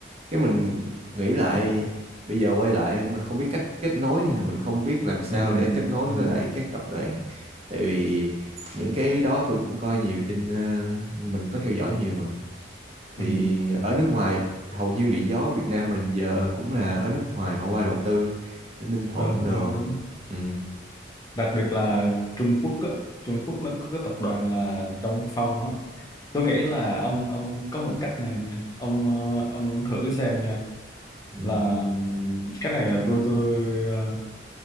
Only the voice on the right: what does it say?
cái mình nghĩ lại bây giờ quay lại mình không biết cách kết nối nha mình không biết làm sao
để kết nối
với
lại các tập đoàn tại vì những cái đó tôi cũng coi nhiều trên ờ, mình có theo dõi nhiều mà thì
ở nước ngoài hầu như điện gió Việt Nam mình giờ cũng là ở nước ngoài họ qua đầu tư ở Ninh Thuận
đồ
ừ
ừ